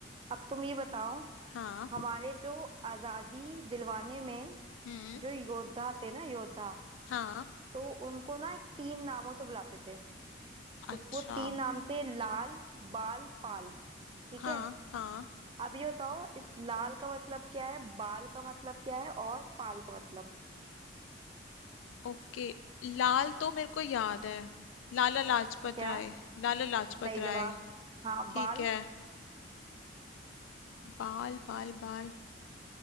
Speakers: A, on the right; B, on the left.
A: अब तुम ये बताओ
B: हाँ
A: हमारे जो आजादी दिलवाने में
B: हम्म
A: जो योद्धा थे ना योद्धा
B: हाँ
A: तो उनको ना तीन नामों से बुलाते थे
B: अच्छा
A: उसको तीन नाम थे लाल बाल पाल ठीक
B: हाँ
A: है
B: हाँ
A: अब ये बताओ इस लाल का मतलब क्या है बाल का मतलब क्या है और पाल का मतलब
B: ओके लाल तो मेरे को याद है लाला लाजपत
A: क्या
B: राय लाला लाजपत
A: सही
B: राय
A: जवाब हाँ
B: ठीक
A: बाल
B: है बाल बाल बाल